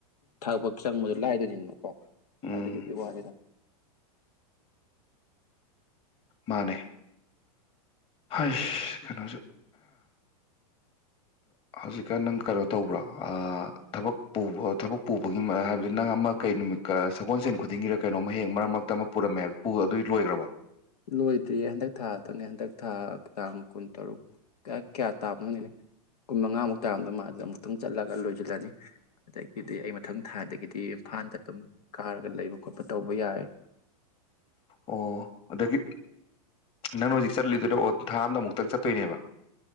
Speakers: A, on the left; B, on the left.
A: ꯊꯕꯠ ꯆꯪꯕꯗ ꯂꯥꯏꯗꯣꯏꯅꯦꯕꯀꯣ
B: ꯎꯝ
A: ꯑꯗꯨꯗꯨꯒꯤ ꯋꯥꯅꯤꯗ
B: ꯃꯥꯅꯦ ꯑꯁ ꯀꯩꯅꯣꯁꯦ ꯍꯧꯖꯤꯛꯀꯥꯟ ꯅꯪ ꯀꯩꯅꯣ ꯇꯧꯕ꯭ꯔꯣ ꯊꯕꯛ ꯄꯨꯕ꯭ꯔꫭ ꯊꯕꯛ ꯄꯨꯕꯒꯤ ꯍꯥꯏꯕꯗꯤ ꯅꯪ ꯑꯃ ꯀꯩ ꯅꯨꯃꯤꯠ ꯀ ꯁꯒꯣꯜꯁꯦꯟ ꯈꯨꯗꯤꯡꯒꯤꯔ ꯀꯩꯅꯣꯝꯃ ꯍꯍꯦꯛ ꯃꯔꯛ ꯃꯔꯛꯇ ꯑꯃ ꯄꯨꯔꯝꯃꯦ ꯍꯥꯏꯕ ꯑꯗꯨꯏ ꯂꯣꯏꯒ꯭ꯔꯕꫭ
A: ꯂꯣꯏꯗ꯭ꯔꯤꯌꯦ ꯍꯟꯗꯛ ꯊꯥꯗꯪꯅꯦ ꯍꯟꯗꯛ ꯊꯥ ꯇꯥꯡ ꯀꯨꯟ ꯇꯔꯨꯛ ꯀꯌꯥ ꯇꯥꯕꯅꯣꯈꯪꯗꯦꯅꯦ ꯀꯨꯟ ꯃꯉꯥꯃꯨꯛ ꯇꯥꯔꯝꯗꯧ ꯃꯥꯜꯂꯦ ꯑꯃꯨꯛꯇꯪ ꯆꯠꯂꯒ ꯂꯣꯏꯁꯤꯜꯂꯅꯤ ꯑꯗꯒꯤꯗꯤ ꯑꯩ ꯃꯊꯪ ꯊꯥꯗꯒꯤꯗꯤ ꯏꯝꯐꯥꯜꯗ ꯑꯗꯨꯝ ꯀꯥꯔꯒ ꯂꯩꯕ ꯈꯣꯠꯄ ꯇꯧꯕ ꯌꯥꯔꯅꯤ
B: ꯑꯣ ꯑꯗꯒꯤ ꯅꯪꯅ ꯍꯧꯖꯤꯛ ꯆꯠꯂꯤꯗꯨꯅ ꯑꯣ ꯊꯥ ꯑꯝꯗ ꯑꯃꯨꯛꯇꯪ ꯆꯠꯇꯣꯏꯅꯦꯕ